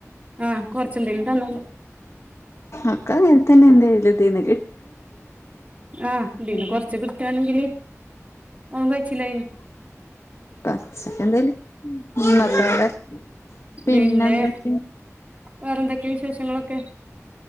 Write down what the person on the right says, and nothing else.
ആഹ് കൊറച്ചെന്തേലും തന്നാല്
ആഹ് ഇതീന്ന്
കൊറച്ച് കിട്ടാണെങ്കില് അവും കൈച്ചിലായിന്.
ആഹ്
പിന്നെ വേറെന്തൊക്കെ വിശേഷങ്ങളൊക്കെ?